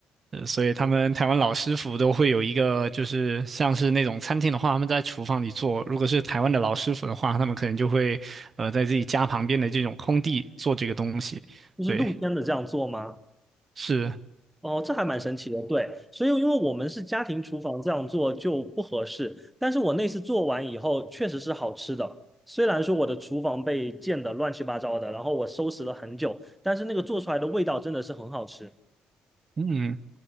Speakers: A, on the right; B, in the centre.
A: 所以他们台湾老师傅都会有一个，就是像是那种餐厅的话，他们在厨房里做；如果是台湾的老师傅的话，他们可能就会呃在自己家旁边的这种空地做这个东西。
B: 就是露天的这样做吗？
A: 对，是，
B: 哦，这还蛮神奇的。对，所以因为我们是家庭厨房这样做就不合适，但是我那次做完以后确实是好吃的。虽然说我的厨房被溅得乱七八糟的，然后我收拾了很久，但是那个做出来的味道真的是很好吃。
A: 嗯，